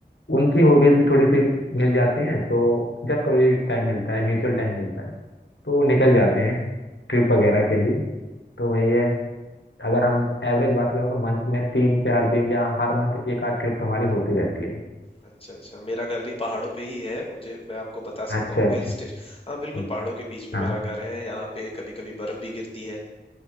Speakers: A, on the left; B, on the left.
A: उनकी हॉबीज भी थोड़ी सी मिल जाती हैं तो जब कभी टाइम मिलता है म्यूचुअल टाइम मिलता है तो वो निकल जाते हैं ट्रिप वगैरह के लिए तो वही है अगर हम एवरेज बात करें तो मंथ में तीन चार दिन या हर मंथ एक आध ट्रिप तो हमारी होती रहती है
B: अच्छा अच्छा मेरा घर भी पहाड़ों पे ही है मुझे मैं आपको बता
A: अच्छा
B: सकता हूँ
A: अच्छा
B: हिल स्टेशन हाँ
A: हम्म,
B: बिल्कुल पहाड़ों के बीच में
A: हाँ
B: मेरा घर है यहाँ पे कभी कभी बर्फ भी गिरती है